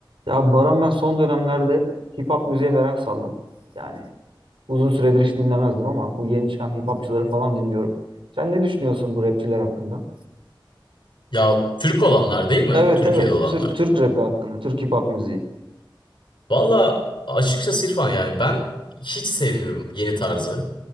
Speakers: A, on the right; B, on the left.
A: Ya Baran ben son dönemlerde hip hop müziğe merak saldım. Yani uzun süredir hiç dinlemezdim ama bu yeni çıkan hip hopçıları falan dinliyorum. Sen ne düşünüyorsun bu rapçiler hakkında?
B: Ya Türk olanlar değil mi?
A: Evet
B: Türkiye'de
A: evet
B: olanlar.
A: Türk Türk rapi hakkında, Türk hip hop müziği.
B: Valla açıkçası İrfan yani ben hiç sevmiyorum yeni tarzı.